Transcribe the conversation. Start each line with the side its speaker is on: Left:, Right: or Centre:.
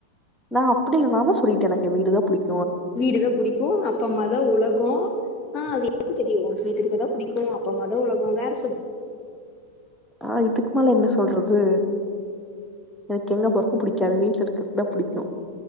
Centre: நா அப்புடி இல்ல நாந்தா சொல்லிட்டனெ எனக்கு வீடுதா புடிக்
Left: வீடுதா புடிக்கூ அப்ப அம்மாதா உலகொ அ எனக்குதெரியூ வீட்டுக் இருக்கதா புடிக்கூ அப்ப அம்மா தா உலகொ வேற சொல்லு
Centre: அ இதுக் மேல என்ன சொல்றது எனக் எங்க போரக்கு புடிக்காது வீட்ல இருக்கதுதா புடிக்கு